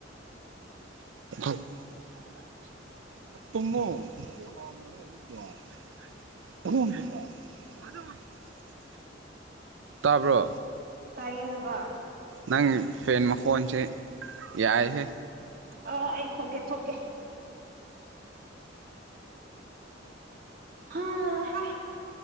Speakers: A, on the right; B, on the right.
A: <unintelligible> <unintelligible> <unintelligible> ꯇꯥꯕ꯭ꯔꯣ
B: ꯇꯥꯏꯌꯦ ꯍꯥꯕ
A: ꯅꯪ ꯐꯦꯟ ꯃꯈꯣꯟꯁꯦ ꯌꯥꯏꯍꯦ
B: ꯑ ꯑꯩ ꯊꯣꯛꯀꯦ ꯊꯣꯛꯀꯦ <unintelligible> ꯍꯥꯥꯍꯥ